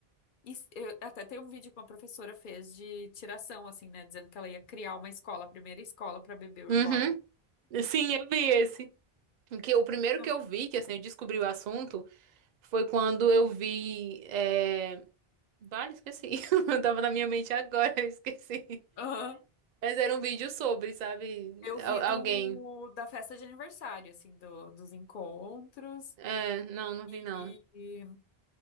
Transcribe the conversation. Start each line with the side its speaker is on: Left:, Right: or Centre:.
Left: E s- eu- até tem um vídeo que uma professora fez de tiração, assim, né? Dizendo que ela ia criar uma escola, a primeira escola pra bebê reborn.
Right: Uhum. Sim, eu vi esse. O que, o primeiro
Left: Não.
Right: que eu vi, que assim, eu descobri o assunto, foi quando eu vi. É... Vale, esqueci. <laughs> Tava na minha mente agora, <laughs> eu esqueci.
Left: Aham.
Right: Mas era um vídeo sobre, sabe?
Left: Eu
Right: Al-
Left: vi do,
Right: alguém.
Left: da festa de aniversário, assim, do, dos encontros.
Right: É, não, não
Left: E,
Right: vi não.